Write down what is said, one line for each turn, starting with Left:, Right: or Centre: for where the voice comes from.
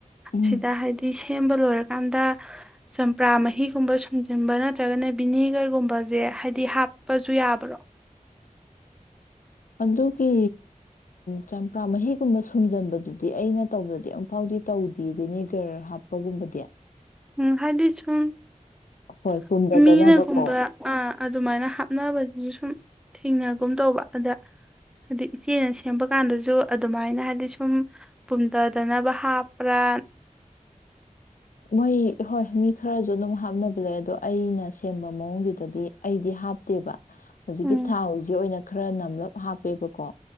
Left: ꯎꯝ
Centre: ꯁꯤꯗ ꯍꯥꯏꯗꯤ ꯁꯦꯝꯕ ꯂꯣꯏꯔꯀꯥꯟꯗ ꯆꯝꯄ꯭ꯔꯥ ꯃꯍꯤꯒꯨꯝꯕ ꯁꯨꯝꯖꯤꯟꯕ ꯅꯠꯇ꯭ꯔꯒꯅ ꯚꯕꯤꯅꯦꯒꯔꯒꯨꯝꯕꯁꯦ ꯍꯥꯏꯕꯗꯤ ꯍꯥꯞꯄꯁꯨ ꯌꯥꯕ꯭ꯔꯣ
Left: ꯑꯗꯨꯒꯤ ꯆꯝꯄ꯭ꯔꯥ ꯃꯍꯤꯒꯨꯝꯕ ꯁꯨꯝꯖꯤꯟꯕꯗꯨꯗꯤ ꯑꯩꯅ ꯇꯧꯕꯗꯗꯤ ꯑꯃꯨꯛꯐꯥꯎꯗꯤ ꯇꯧꯗꯦ ꯚꯦꯅꯦꯒꯔ ꯍꯥꯞꯄꯒꯨꯝꯕꯗꯤ
Centre: ꯎꯝ ꯍꯥꯏꯗꯤ ꯁꯨꯝ
Left: ꯍꯣꯏ ꯄꯨꯝꯊꯗꯅꯕꯀꯣ
Centre: ꯃꯤꯅꯒꯨꯝꯕ ꯑ ꯑꯗꯨꯃꯥꯏꯅ ꯍꯥꯞꯅꯕꯗꯨꯁꯨ ꯁꯨꯝ ꯊꯦꯡꯅꯒꯨꯝ ꯇꯧꯕ ꯑꯗ ꯍꯥꯏꯗꯤ ꯏꯆꯦꯅ ꯁꯦꯝꯕ ꯀꯥꯟꯗꯁꯨ ꯑꯗꯨꯃꯥꯏꯅ ꯍꯥꯏꯗꯤ ꯁꯨꯝ ꯄꯨꯝꯊꯗꯅꯕ ꯍꯥꯞꯄ꯭ꯔꯥ
Left: ꯃꯣꯏ ꯍꯣꯏ ꯃꯤ ꯈꯔꯁꯨ ꯑꯗꯨꯝ ꯍꯥꯞꯅꯕ ꯂꯩ ꯑꯗꯣ ꯑꯩꯅ ꯁꯦꯝꯕ ꯃꯑꯣꯡꯗꯨꯗꯗꯤ ꯑꯩꯗꯤ ꯍꯥꯞꯇꯦꯕ ꯍꯧꯖꯤꯛꯀꯤ
Centre: ꯎꯝ
Left: ꯊꯥꯎꯁꯛ ꯑꯣꯏꯅ ꯈꯔ ꯅꯝꯂꯞ ꯍꯥꯞꯄꯦꯕꯀꯣ